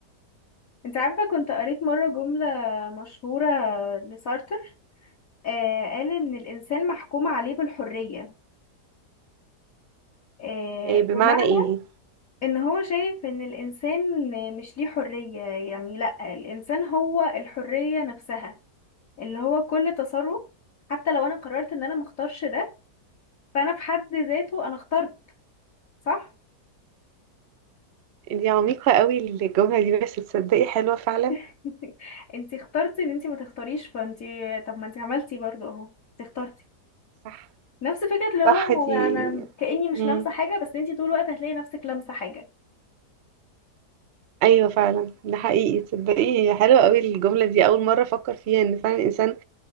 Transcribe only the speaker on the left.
انت عارفه كنت قريت مره جمله مشهوره لسارتر آه قال إن الإنسان محكوم عليه بالحرية آه
بمعنى
إن هو شايف إن الإنسان مش ليه حرية يعني لأ الإنسان هو الحرية نفسها اللي هو كل تصرف حتى لو أنا قررت إن أنا مختارش ده فأنا في حد ذاته أنا اخترت صح؟
<laughs> انتي اخترتي ان انتي ما تختاريش فانتي طب ما انتي عملتي برضو اهو انتي اخترتي
نفس فكرة اللي هو
انا
أنا كأني مش
لامسة حاجة بس انتي طول الوقت هتلاقي نفسك لامسة حاجة